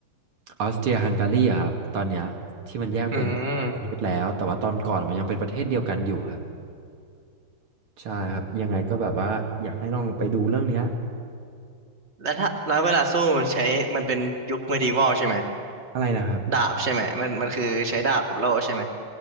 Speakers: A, on the right; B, on the right.
A: ออสเตรียฮังการีอะครับตอนเนี้ยที่มันแยกเป็นประเทศแล้วแต่ว่าตอนก่อนมันยังเป็นประเทศเดียวกันอยู่ครับ
B: อืม
A: ใช่ครับยังไงก็แบบว่าอยากให้ลองไปดูเรื่องเนี้ย
B: แล้วถ้าแล้วเวลาสู้มันใช้มันเป็นยุคเมดิว a ลใช่ไหม
A: อะไรนะครับ
B: ดาบใช่ไหมมันมันคือใช้ดาบกับโล่ใช่ไหม